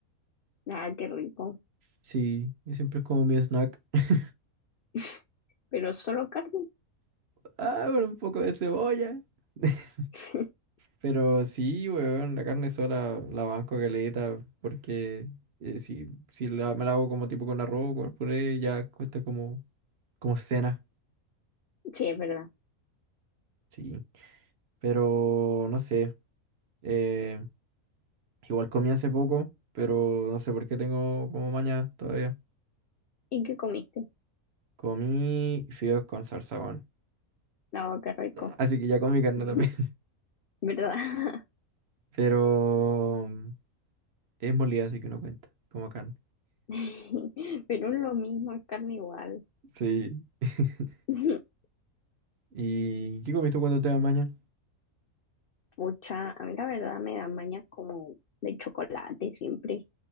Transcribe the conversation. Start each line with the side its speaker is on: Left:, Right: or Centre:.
Left: Ah, qué rico.
Right: Sí, y siempre es como mi snack. <laughs>
Left: <laughs> Pero solo carne.
Right: Ah, pero un poco de cebolla. <laughs>
Left: <laughs>
Right: Pero sí, weón, la carne sola la banco caleta, porque eh, si, si la, me la hago como tipo con arroz, con puré, ya cuesta como, como cena,
Left: Sí, es verdad.
Right: sí. Pero no sé, eh, igual comí hace poco, pero no sé por qué tengo como maña todavía.
Left: ¿Y qué comiste?
Right: Comí fideos con salsa, weón.
Left: Ah, qué rico.
Right: Así que ya comí carne
Left: <laughs>
Right: también.
Left: ¿Verdad?
Right: <laughs> Pero mm, es molida, así que no cuenta, como carne.
Left: <laughs> Pero es lo mismo, es carne igual.
Right: Sí. <laughs>
Left: <laughs>
Right: ¿Y qué comiste cuando te da maña?
Left: Pucha, a mí la verdad me dan mañas como de chocolate siempre.